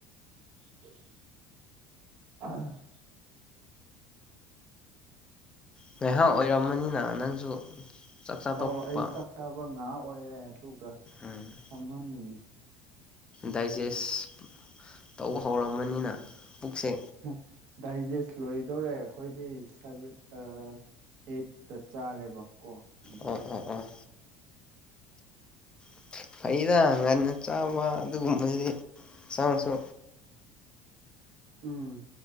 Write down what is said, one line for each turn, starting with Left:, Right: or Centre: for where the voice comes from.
Right: <unintelligible>
Left: ꯉꯥꯏꯍꯥꯛ ꯑꯣꯏꯔꯝꯃꯅꯤꯅ ꯅꯪꯁꯨ ꯆꯥꯛ ꯆꯥ
Right: ꯑꯧ
Left: ꯇꯣꯛꯄ
Right: ꯑꯩ ꯆꯥꯛ ꯆꯥꯕ ꯉꯥꯥꯛ ꯑꯣꯏꯔꯦ ꯑꯗꯨꯒ
Left: ꯎꯝ
Right: ꯐꯝꯃꯝꯃꯤꯅꯤ
Left: ꯗꯥꯏꯖꯦꯁ ꯇꯧ ꯍꯧꯔꯝꯃꯅꯤꯅ ꯄꯨꯛꯁꯦ꯫
Right: ꯍꯨꯝ ꯗꯥꯏꯖꯦꯁ ꯂꯣꯏꯗꯣꯔꯦ ꯈꯣꯏꯗꯤ ꯁꯥꯕꯦ ꯑꯩꯠꯇ ꯆꯥꯔꯦꯕꯀꯣ ꯑꯗꯨꯒꯤ
Left: ꯑꯣꯥ ꯑꯣꯥ ꯑꯣꯥ꯫ <unintelligible> ꯐꯩꯗ ꯉꯟꯅ ꯆꯥꯕ ꯑꯗꯨꯒꯨꯝꯕ <unintelligible> ꯆꯥꯡꯁꯨ
Right: ꯎꯝ